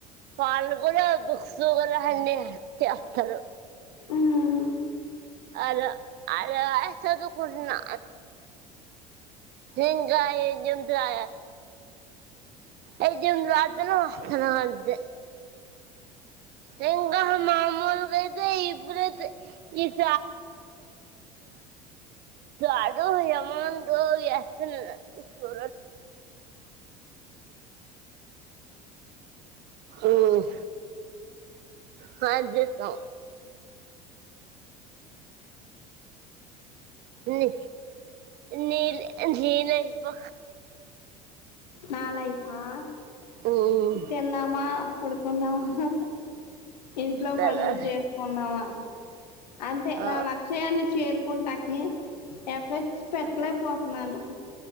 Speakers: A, on the right; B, on the left.
A: వాళ్ళు కూడా బుక్స్ కూడాల అన్నీ చేస్తారు
B: ఉమ్
A: అ అ అస దకున్నా హకాయ నింతయా అయితే ఉంది అద్దనా వాస్తనా అంత తెంగా మామూలుగా అయితే ఇప్పుడైతే ఇ <unintelligible> ఇ అడు ఎమౌంట వస్తు చూ ఉమ్ స చేస్తాం అ ని ని నీల్ నీల ఇప్పు
B: నా లైఫ్ ఆ
A: ఉమ్,
B: తిన్నామా కుడుకున్నామా ఇంట్లో
A: తెల్లారి-
B: పనులు చేసుకున్నావా అంటే
A: ఆ,
B: నా లక్ష్యాన్ని చేరుకుంటా ఎఫెక్ట్స్ పెట్టలేకపోతున్నాను